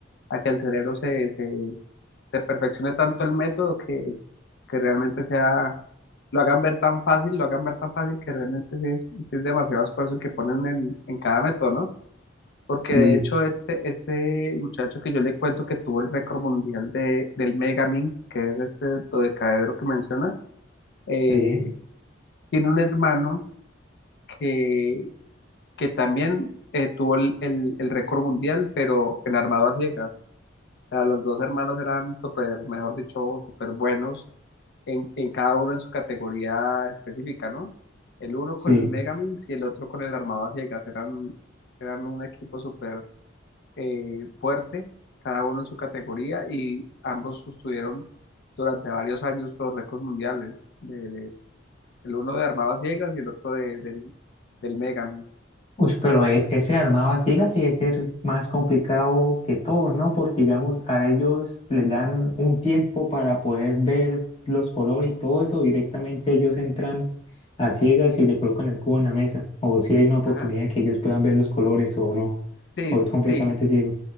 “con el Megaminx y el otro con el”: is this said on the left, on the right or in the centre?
Left